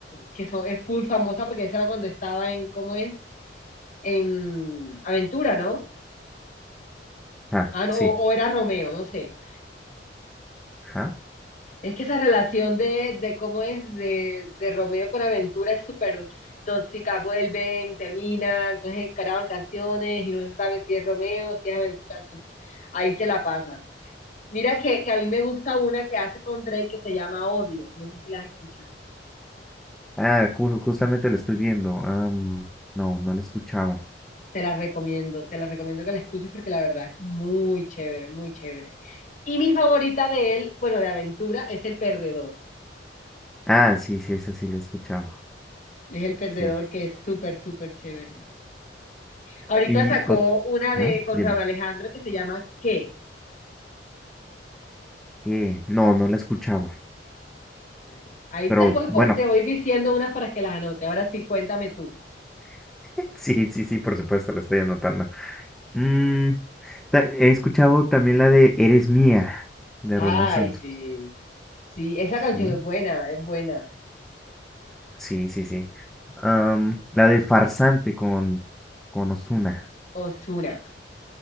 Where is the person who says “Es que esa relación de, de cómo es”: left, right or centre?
Left